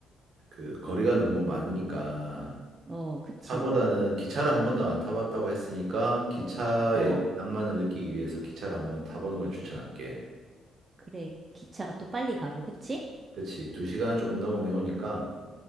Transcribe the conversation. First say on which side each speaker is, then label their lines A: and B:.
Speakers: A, on the right; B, on the right.
A: 그 거리가 너무 많으니까
B: 어, 그치.
A: 차보다는 기차를 한 번도 안 타봤다고 했으니까 기차의
B: 어,
A: 낭만을 느끼기 위해서 기차를 한번 타보는 걸 추천할게.
B: 그래. 기차가 또 빨리 가고, 그치?
A: 그렇지. 두 시간 조금 넘으면 오니까